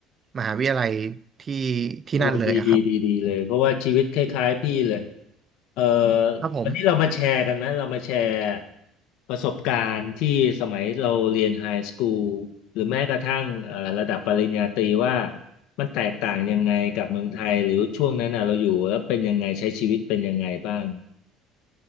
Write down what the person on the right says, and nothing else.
มหาวิทยาลัยที่ที่นั่นเลยอะครับ
ครับผม